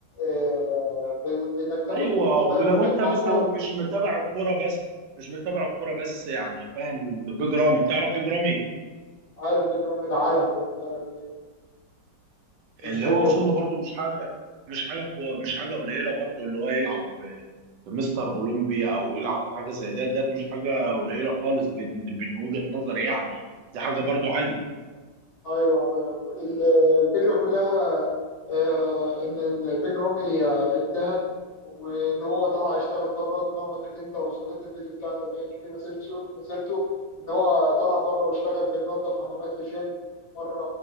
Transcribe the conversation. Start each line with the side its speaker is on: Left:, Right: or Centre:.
Left: آه ب- بانك تاخد
Right: ايوه
Left: بالاسباب
Right: ولو
Left: وانك
Right: انت
Left: تصبر
Right: مثلا مش متابع الكوره بس مش متابع الكوره بس يعني فاهم بيج رامي تعرف بيج رامي
Left: عارف بيجرام العالم خد بالك إيه؟ في الجيم
Right: اللي هو وصوله برضو مش حاجه مش حاجه كو... مش حاجه قليله برضو اللي هو يلعب في مستر اولمبيا او يلعب في حاجه زي ده ده مش حاجه قليله خالص بين بين وجهه نظري يعني دي حاجه برضو عاليه
Left: ايوه ايوه ال- الفكره كلها آه، ان إن بيج رامي آه، اجتهد وان هو طلع يشتغل بره اتمرمط كتير انت لو سمعت الفيديو بتاع اللي بيحكي فيه مسيرته مسيرته ان هو طلع بره واشتغل بينظف حمامات في جيم مره